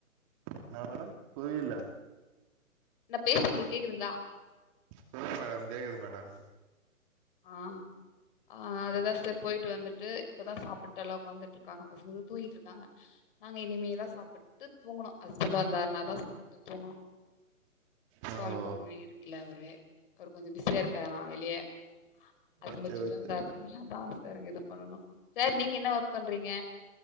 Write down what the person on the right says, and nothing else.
என்னா மேடம் புரியல
சொல்லுங்க மேடம் கேக்குது மேடம்.
ஓஹோ
ஓகே
ஓகே
மேடம்